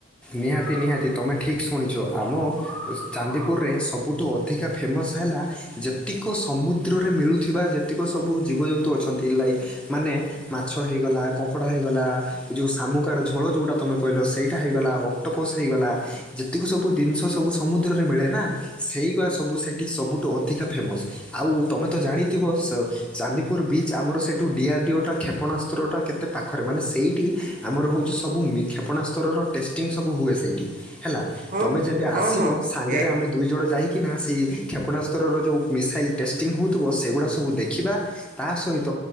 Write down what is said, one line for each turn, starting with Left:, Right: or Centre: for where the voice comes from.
Centre: ନିହାତି ନିହାତି ତୁମେ ଠିକ୍ ଶୁଣିଛ ଆମ ଚାନ୍ଦିପୁରରେ ସବୁଠୁ ଅଧିକା ଫେମସ୍ ହେଲା ଯେତିକ ସମୁଦ୍ରରେ ମିଳୁଥିବା ଯେତିକ ସବୁ ଜୀବଜନ୍ତୁ ଅଛନ୍ତି ଲାଇକ୍ ମାନେ ମାଛ ହେଇଗଲା କଙ୍କଡ଼ା ହେଇଗଲା ଏ ଯେଉଁ ଶାମୁକାର ଝୋଳ ଯେଉଁଟା ତୁମେ କହିଲ ସେଇଟା ହେଇ ଗଲା ଅକ୍ଟୋପସ ହେଇଗଲା ଯେତିକି ସବୁ ଜିନିଷ ସବୁ ସମୁଦ୍ରରେ ମିଳେ ନା। ସେଇଗୁଆ ସବୁ ସେଠି ସବୁଠୁ ଅଧିକା ଫେମସ ଆଉ ତମେ ତ ଜାଣିଥିବ ଚାନ୍ଦିପୁର ବିଚ୍ ଆମର ସେଇଠୁ ଡିଆର୍ ଡିଓଟା କ୍ଷେପଣାସ୍ତ୍ରଟା କେତେ ପାଖରେ ମାନେ ସେଇଠି ଆମର ହେଉଛି ସବୁ କ୍ଷେପଣାସ୍ତରର ଟେଷ୍ଟିଙ୍ଗ ସବୁ ହୁଏ ସେଇଠି। ହେଲା
Right: ହଁ
Centre: ତମେ ଯେବେ
Right: ହଁ
Centre: ଆସିବ
Right: ହଁ
Centre: ସାଙ୍ଗରେ
Right: ଏ
Centre: ଆମେ ଦୁଇ ଜଣ ଯାଇକିନା ସେଇ କ୍ଷେପଣାସ୍ତ୍ରର ଯେଉଁ ମିସାଇଲ୍ ଟେଷ୍ଟିଙ୍ଗ ହେଉଥିବ ସେଗୁଡ଼ା ସବୁ ଦେଖିବା। ତା ସହିତ